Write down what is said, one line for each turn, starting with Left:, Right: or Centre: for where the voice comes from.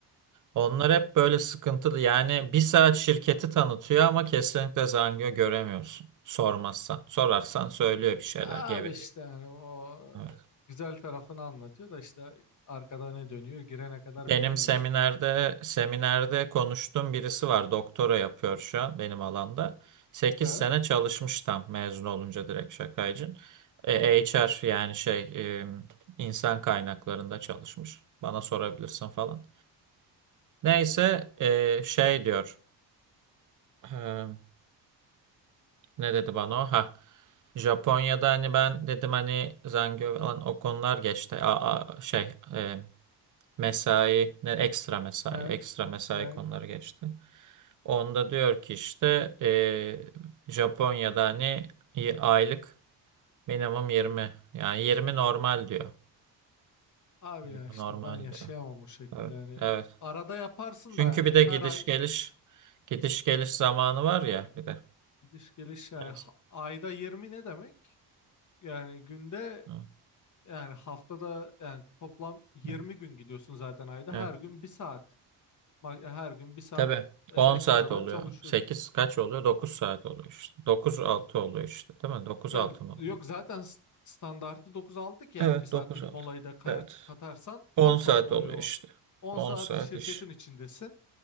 Right: Onlar hep böyle sıkıntılı. Yani bir saat şirketi tanıtıyor ama kesinlikle Zangyo göremiyorsun. Sormazsan. Sorarsan söylüyor bir şeyler
Left: Abi
Right: geveliyor.
Left: işte yani o
Right: Evet.
Left: güzel tarafını anlatıyor da işte arkada ne dönüyor girene kadar
Right: Benim
Left: bilemiyorsun.
Right: seminerde seminerde konuştuğum birisi var. Doktora yapıyor şu an benim alanda. sekiz
Left: Evet,
Right: sene çalışmış tam mezun olunca direkt şakaycın. E, HR yani şey e, insan kaynaklarında çalışmış. Bana sorabilirsin falan. Neyse e, şey diyor. E, ne dedi bana o? Ha. Japonya'da hani ben dedim hani Zangyo falan o konular geçti. A, a- şey e, mesai ne ekstra mesai
Left: evet,
Right: ekstra mesai
Left: evet.
Right: konuları geçti. Onda diyor ki işte e, Japonya'da hani y- aylık minimum yirmi Yani 20 normal diyor.
Left: Abi
Right: 20
Left: ya işte
Right: normal
Left: ben yaşayamam
Right: diyor.
Left: o şekilde
Right: Evet.
Left: yani.
Right: Evet.
Left: Arada yaparsın
Right: Çünkü
Left: da yani
Right: bir de gidiş
Left: her ay
Right: geliş gidiş geliş zamanı var ya
Left: e,
Right: bir de.
Left: gidiş geliş yani
Right: Neyse.
Left: ha- ayda 20 ne demek? Yani günde
Right: Evet.
Left: yani haftada yani toplam yirmi
Right: Evet.
Left: gün gidiyorsun zaten ayda
Right: evet.
Left: her gün bir saat. Ma- Her gün bir saat
Right: Tabii
Left: e,
Right: 10
Left: ekstradan
Right: saat oluyor.
Left: çalışıyorsun.
Right: sekiz kaç oluyor? dokuz saat oluyor işte. dokuz 6 oluyor işte değil mi? dokuz
Left: Ya
Right: 6 mı oluyor?
Left: yok zaten s- standartı dokuz altı ki
Right: Evet
Left: yani bir saatlik
Right: 9 altı
Left: molayı da ka-
Right: Evet.
Left: katarsan
Right: on
Left: 10 saat
Right: saat
Left: oluyor.
Right: oluyor işte.
Left: o. 10
Right: on
Left: saat
Right: saat
Left: şirketin
Right: iş.
Left: içindesin.